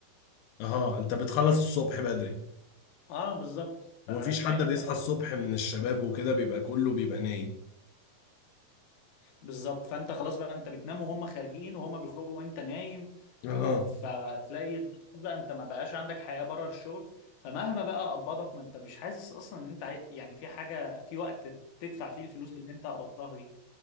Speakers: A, on the left (about 80°); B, on the left (about 60°).
A: اها انت بتخلص الصبح بدري
B: اه بالظبط
A: ومفيش
B: فتلاقي
A: حد
B: ان
A: بيصحى
B: انت خلاص
A: الصبح من الشباب وكده بيبقى كله بيبقى نايم
B: بالظبط فانت خلاص بقى انت بتنام وهم خارجين وهم بيخرجوا وانت نايم
A: اها
B: فتلاقي بقى انت ما بقاش عندك حياة بره الشغل فمهما بقى قبضك ما انت مش حاسس اصلا ان انت عاي- يعني في حاجة في وقت تدفع فيه الفلوس اللي انت قبضتها دي